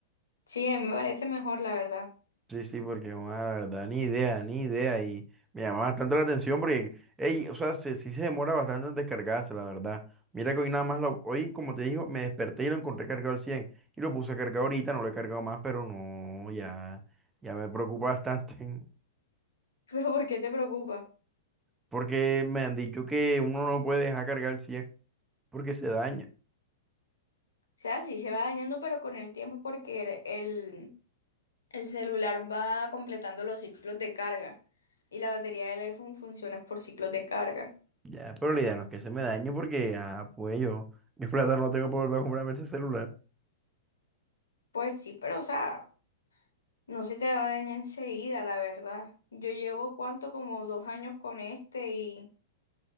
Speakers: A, on the left (about 80°); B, on the right (about 15°).
A: Sí, a mí me parece mejor, la verdad.
B: Sí, sí, porque bueno, la verdad, ni idea, ni idea. Y me llama bastante la atención porque, ey, o sea, se- sí se demora bastante en descargarse, la verdad. Mira que hoy nada más lo, hoy, como te digo, me desperté y lo encontré cargado al 100 y lo puse a cargar ahorita, no lo he cargado más, pero no, ya, ya me preocupa bastante <laughs>
A: <laughs> Pero ¿por qué te preocupa?
B: porque me han dicho que uno no puede dejar cargar el 100 porque se daña.
A: O sea, sí, se va dañando, pero con el tiempo porque el, el celular va completando los ciclos de carga. Y la batería del iPhone funciona por ciclos de carga.
B: Ya, pero la idea no es que se me dañe porque, ah, pues yo, mis plata no tengo para volver a comprarme este celular.
A: Pues sí, pero o sea... No se te va a dañar enseguida, la verdad. Yo llevo cuánto, como dos años con este y,